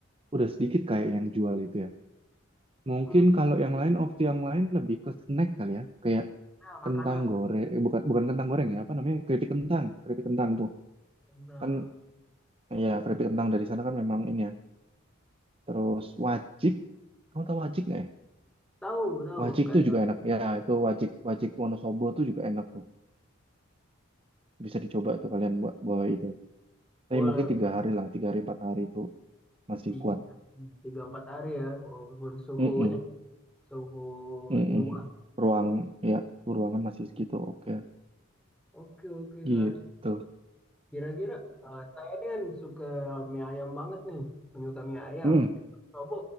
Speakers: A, on the right; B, in the centre.
A: udah sedikit kayak yang jual itu ya. Mungkin
B: hmm,
A: kalau yang lain opsi yang lain lebih ke snack kali ya. Kayak
B: ya,
A: kentang
B: makanan.
A: goreng, eh, bukan bukan kentang goreng ya, apa namanya? Keripik kentang, keripik kentang tuh.
B: Nah,
A: Kan ya keripik kentang dari sana kan memang ini ya. Terus wajik, kamu tahu wajik nggak ya?
B: Tahu, tahu
A: Wajik
B: kayak
A: tuh juga enak. Ya, itu wajik wajik Wonosobo tuh juga enak tuh. Bisa dicoba tuh kalian buat bawa itu. Tapi
B: boleh
A: mungkin tiga hari lah, tiga hari empat hari itu masih
B: tiga,
A: kuat.
B: tiga empat hari ya walaupun suhu
A: Mm-mm,
B: ini suhu
A: mm-mm.
B: di luar.
A: Ruang ya, ruangan masih segitu. Oke,
B: Oke, oke
A: gitu.
B: Kak Arsi. Kira-kira eh, saya ini kan suka mie ayam banget nih, penyuka mie ayam.
A: Hmm.
B: Di Sobo